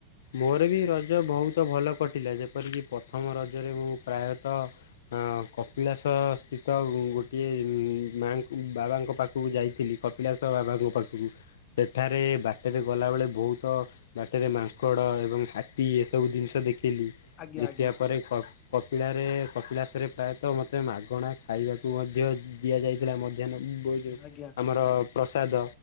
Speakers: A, on the left (about 75°); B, on the left (about 40°).
A: ମୋର ବି ରଜ ବହୁତ ଭଲ କଟି ଟିଲା, ଯେପରିକି ପ୍ରଥମ ରଜରେ ମୁଁ ପ୍ରାୟତଃ ଅଁ କପିଳାଶ ସ୍ଥିତ ଗୋଟିଏ ମାଆଙ୍କୁ ବାବାଙ୍କ ପାଖକୁ ଯାଇଥିଲି କପିଳାଶ ବାବାଙ୍କ ପାଖକୁ, ସେଠାରେ ବା ବାଟରେ ଗଲାବେଳେ ବହୁତ ବାଟରେ ମାଙ୍କଡ଼ ଏବଂ ହାତୀ ଏସବୁ ଜିନିଷ ଦେଖି ଥିଲି,
B: ଆଜ୍ଞା
A: ଦେଖିଆ
B: ଆଜ୍ଞା
A: ପରେ କ କପିଳାରେ କପିଳାସରେ ପ୍ରାୟତଃ ମୋତେ ମାଗଣା ଖାଇବାକୁ ମଧ୍ୟ ଦିଆଯାଇଥିଲା ମ ଯେନ୍ ଯିବ ଯୋଉ
B: ଆଜ୍ଞା
A: ଆମର ପ୍ରସାଦ,